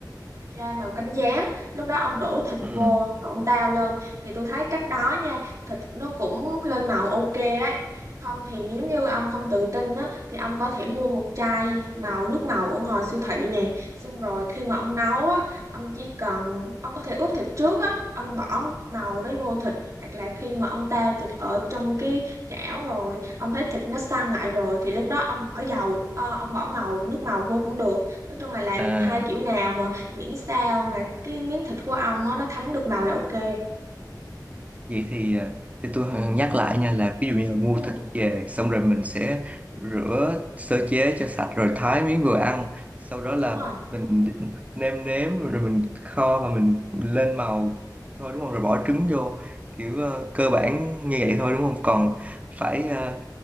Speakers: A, on the right; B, on the right.
A: ra màu cánh gián lúc đó ông đổ thịt
B: ừ.
A: vô rồi ông tao lên thì tôi thấy cách đó nha thịt nó cũng lên màu ok đấy không thì nếu như ông không tự tin á thì ông có thể mua một chai màu nước màu ở ngoài siêu thị nè xong rồi khi mà ông nấu á ông chỉ cần ông có thể ướp thịt trước á ông bỏ màu đấy vô thịt hoặc là khi mà ông tao thịt ở trong cái chảo rồi ông thấy thịt nó săn lại rồi thì lúc đó ông bỏ dầu ờ, ông bỏ màu nước màu vô cũng được nói chung là làm
B: à
A: hai kiểu nào mà miễn sao mà cái miếng thịt của ong á nó thấm được màu là ok
B: Vậy thì, à, thì tôi nhắc lại nha là ví dụ như là mua
A: ừ
B: thịt về xong rồi mình sẽ rửa sơ chế cho sạch rồi thái miếng vừa ăn sau đó là
A: đúng rồi
B: mình nêm nếm rồi mình kho và mình lên màu thôi đúng không rồi bỏ trứng vô kiểu ờ, cơ bản như vậy thôi đúng không còn phải ờ,